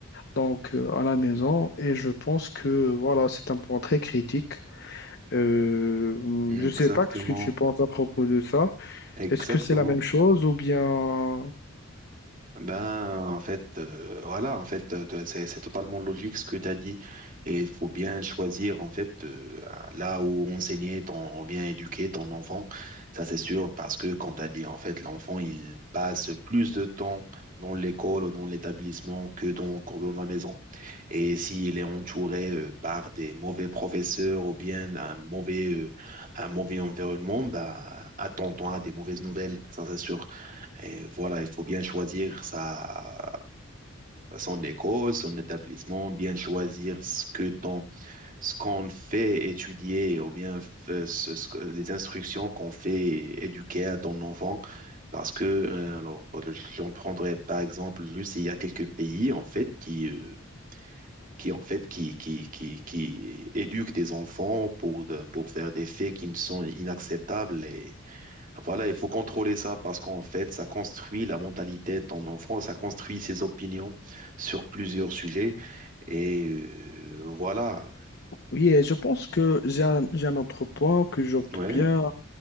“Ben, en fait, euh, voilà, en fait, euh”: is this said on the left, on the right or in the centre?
Right